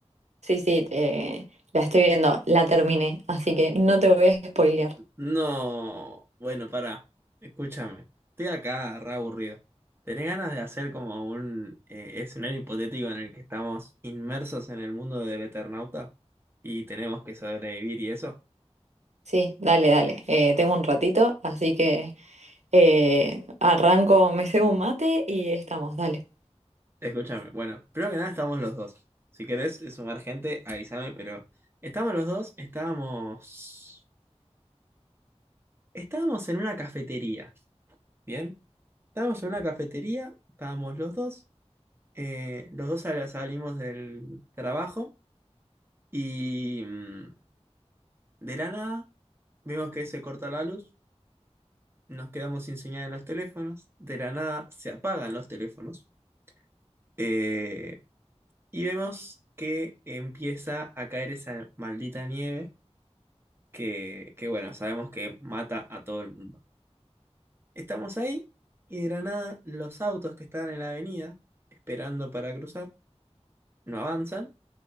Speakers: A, on the right; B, on the right.
A: Sí, sí, eh, la estoy viendo, la terminé, así que no te voy a spoilear.
B: No, bueno, pará. Escúchame. Estoy acá re aburrido. ¿Tenés ganas de hacer como un eh, escenario hipotético en el que estamos inmersos en el mundo del Eternauta y tenemos que sobrevivir y eso?
A: Sí, dale, dale. eh, tengo un ratito, así que eh, arranco, me cebo un mate y estamos, dale.
B: Escúchame. Bueno, primero que nada estamos los dos. Si querés sumar gente, avísame, pero estamos los dos, estábamos. Estábamos en una cafetería, ¿bien? Estábamos en una cafetería, estábamos los dos, eh, los dos sal- salimos del trabajo y mm, de la nada vemos que se corta la luz, nos quedamos sin señal en los teléfonos, de la nada se apagan los teléfonos eh, y vemos que empieza a caer esa maldita nieve que, que bueno, sabemos que mata a todo el mundo. Estamos ahí y de la nada los autos que estaban en la avenida, esperando para cruzar, no avanzan